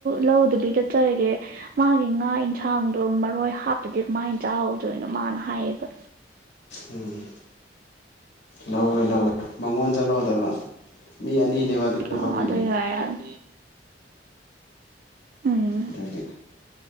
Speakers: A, on the right (about 50°); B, on the left (about 75°).
A: ꯂꯧꯗꯕꯤꯗ ꯆꯠ ꯀꯩꯒꯦ ꯃꯥꯒꯤ ꯉꯥ ꯌꯦꯟꯁꯥꯡꯗꯣ ꯃꯔꯣꯏ ꯍꯥꯞꯄꯗꯤ ꯀꯃꯥꯏꯅ ꯆꯥꯎꯍꯧꯗꯣꯏꯅꯣ ꯃꯥꯅ ꯍꯥꯏꯌꯦꯕ
B: ꯎꯝ ꯂꯧꯋꯦ ꯂꯧꯋꯦ ꯃꯉꯣꯟꯗ ꯂꯧꯗꯕ ꯃꯤ ꯑꯅꯤꯅꯦꯕ ꯑꯗꯨꯗ
A: ꯑꯣ
B: ꯐꯝꯃꯤꯗꯣ
A: ꯑꯗꯨ ꯌꯥꯔꯦ ꯎꯝ
B: ꯑꯗꯒꯤ